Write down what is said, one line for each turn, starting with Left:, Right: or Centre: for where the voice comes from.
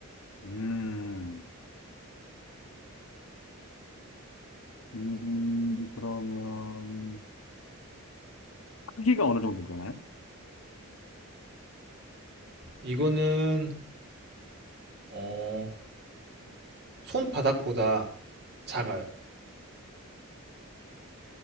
Left: 음, 음, 그러면 크기가 어느 정도 되나요?
Right: 이거는 어, 손바닥보다 작아요.